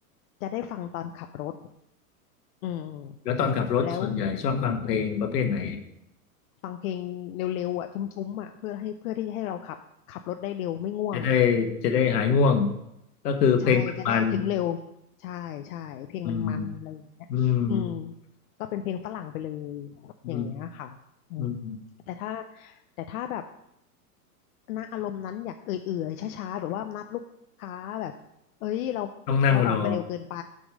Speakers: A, on the left (about 60°); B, on the left (about 80°).
A: จะได้ฟังตอนขับรถอืมแล้ว
B: แล้วตอนขับรถส่วนใหญ่ชอบฟังเพลงประเภทไหน
A: ฟังเพลงเร็วๆอ่ะทุ้มๆอ่ะเพื่อให้เพื่อที่จะให้เราขับขับรถได้เร็วไม่ง่วง
B: จะได้จะได้หายง่วงก็คือเพลงมัน
A: ใช่จะได้ถึงเร็วใช่ใช่เพลงมันมันอะไรอย่างเงี้ยอืม
B: ๆอืมอืม
A: ก็เป็นเพลงฝรั่งไปเลย
B: อืม
A: อย่างเงี้ยค่ะอืม
B: อืม
A: แต่ถ้าแต่ถ้าแบบ ณอารมณ์นั้นอยากเอื่อยๆช้าๆแบบว่านัดลูกค้าแบบเอ้ยเรา
B: ต้องนั่งรอ
A: เราออกมาเร็วเกินไป